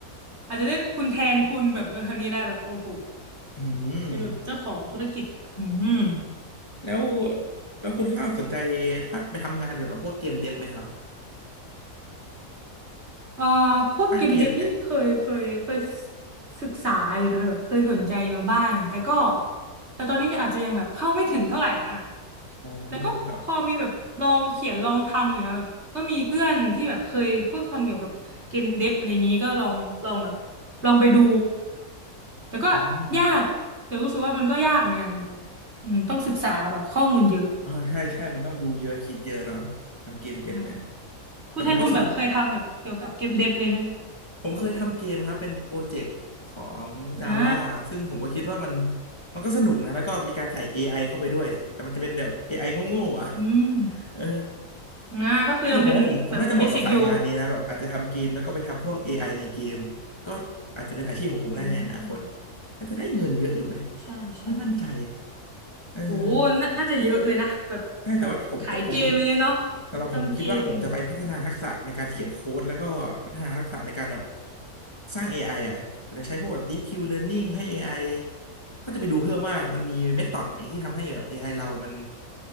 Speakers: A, on the right (about 45°); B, on the left (about 15°).
A: อาจจะได้คุณแทนคุณแบบเออคนนี้แหละแบบโอ้โห
B: อืม
A: เป็นแบบเจ้าของธุรกิจอืม
B: แล้วแล้วคุณข้าวสนใจถ้าไปทำงานเกี่ยวกับพวกเกมเดฟไหมครับ
A: เอ่อพวกเกมเดฟนี่เคยเคยเคย
B: สร้างเกมอย่างเงี้ย
A: ศึกษาอยู่นะคะแบบเคยสนใจมาบ้างแต่ก็แต่ตอนนี้ก็อาจจะยังแบบเข้าไม่ถึงเท่าไหร่อ่ะ
B: โอ้
A: แต่ก็พอมีแบบลองเขียนลองทำอยู่นะแบบก็มีเพื่อนที่แบบเคยพวกทำเกี่ยวกับเกมเดฟอะไรอย่างนี้ก็ลองลองแบบ
B: ครับ
A: ลองไปดูแต่ก็ยากแต่รู้สึกว่ามันก็ยากเหมือนกันแบบอืมต้องศึกษาแบบข้อมูลเยอะ
B: อืมอ่าใช่ใช่มันต้องดูเยอะคิดเยอะเนาะทำเกมเดฟเนี่ย
A: อืมคุณแทนคุณแบบเคยทำแบบเกี่ยวกับเกมเดฟเลยไหม
B: แต่ผมก็สนผมเคยทำเกมครับเป็นโปรเจกต์ของ Java
A: อ่า
B: ซึ่งผมก็คิดว่ามันมันก็สนุกนะแล้วก็มีการใส่ AI เข้าไปด้วยแต่มันจะเป็นแบบ AI โง่ๆอ่ะ
A: อืม
B: เออ
A: นะก็คือยังเป็นแบบเบสิกอยู่
B: เฮ้ยแต่ผมว่าผมผมน่าจะเหมาะกับสายงานนี้นะแบบอาจจะทำเกมแล้วก็ไปทำพวก AI ในเกมก็อาจจะเป็นอาชีพของผมได้ในอนาคต
A: อืม
B: อาจจะได้เงินเยอะอยู่ไหม
A: ใช่ใช่
B: ไม่มั่นใจเออ
A: โอ้นาน่าจะเยอะเลยนะแบบแบบขายเกมอะไรเงี้ยเนาะ
B: ใช่แต่ว่าผมผมสำหรับผมผมคิดว่าผมจะไปพัฒนาทักษะในการเขียนโค้ดแล้วก็พัฒนาทักษะในการแบบ
A: ทำเกม
B: สร้าง AI อไออ่ะอาจจะใช้พวกแบบ Deep Q Learning
A: อ่า
B: ให้ AI ก็จะไปดูเพิ่มว่ามันมีเมธอดไหนที่ทำให้แบบ AI เรามัน